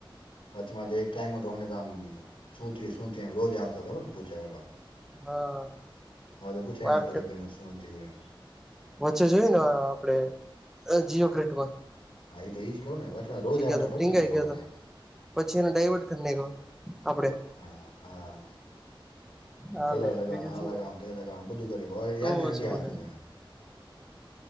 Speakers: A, on the left (about 80°); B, in the centre.
A: વાચીમાં તો એક ટાઈમમાં તો હોને ત આમ. સુુંથી સુથી રોજ આ આવ તો ખબરને પૂછા કરવા.
B: હા.
A: હા તો પૂછે
B: માર્કેટ
A: આજ કા તો ગલ શું થયું એમ.
B: વચ્ચે જોઈએ ને આપડે જીઓ ક્રિકેટ મા.
A: હા એ તોઈ જ કઉું ને વચમાં રોજ આવો તો
B: હતો
A: ખબર
B: ટીંગાઈ
A: ને જોવા.
B: ગયો હતો પછી એને ડઇવર્ટ કરી નાખ્યો આપડે
A: હા હા.
B: હાલે
A: કલર લગાવવાનું
B: બીજું
A: આ
B: શું
A: લગાવવાનું એ લગાવવાનું બધું ગબ
B: તો
A: યાદ નથી
B: શું
A: આવતુંને.
B: હે